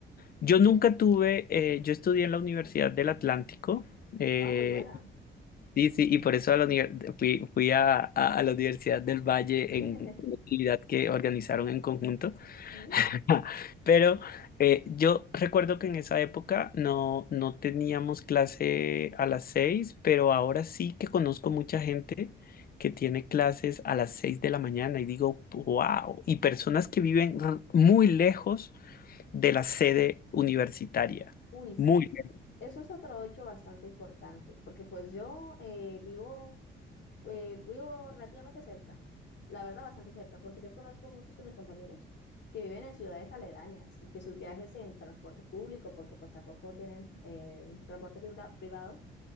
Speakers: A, on the left (about 50°); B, on the left (about 65°).
A: Yo nunca tuve, eh, yo estudié en la Universidad del Atlántico. eh,
B: ah, muy buena.
A: sí, sí, y por eso a la univer- fui, fui a, a- a la Universidad del Valle
B: <laughs>
A: en una actividad que organizaron en conjunto.
B: Mm.
A: <laughs> Pero eh, yo recuerdo que en esa época no, no teníamos clase a las seis, pero ahora sí que conozco mucha gente que tiene clases a las seis de la mañana y digo, wow, y personas que viven r- muy lejos de la sede universitaria,
B: Uy, sí,
A: muy lejos,
B: eso es otro hecho bastante importante, porque pues yo eh, vivo, eh, vivo relativamente cerca, la verdad bastante cerca, porque yo conozco muchos de mis compañeros que viven en ciudades aledañas y que sus viajes en transporte público, porque pues tampoco tienen eh, transporte pribla- privado,